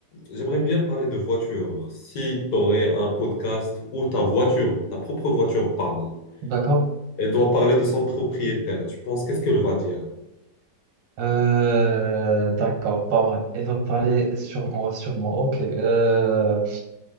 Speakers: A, on the left; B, on the right.
A: j'aimerais bien parler de voiture. Si tu aurais un podcast où ta voiture, ta propre voiture parle,
B: D'accord.
A: elle doit parler de son propriétaire, tu penses qu'est-ce qu'elle va dire?
B: Euh, d'accord, pas mal. Elle va parler sur moi, sur moi. Ok. euh,